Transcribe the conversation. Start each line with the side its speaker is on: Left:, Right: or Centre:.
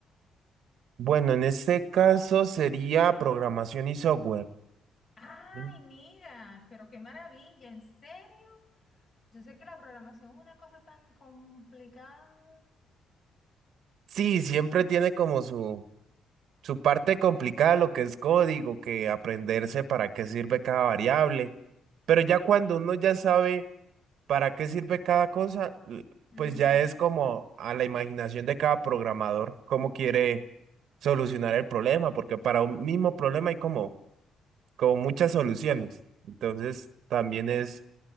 Right: Bueno, en este caso sería programación y software.
Left: Ay,
Right: ¿sí?
Left: mira, pero qué maravilla, ¿en serio? Yo sé que la programación es una cosa tan complicada.
Right: Sí, siempre tiene como su, su parte complicada lo que es código, que aprenderse para qué sirve cada variable. Pero ya cuando uno ya sabe para qué sirve cada cosa, l-
Left: Ujú.
Right: pues ya es como a la imaginación de cada programador cómo quiere solucionar el problema, porque para un mismo problema hay como, como muchas soluciones. Entonces también es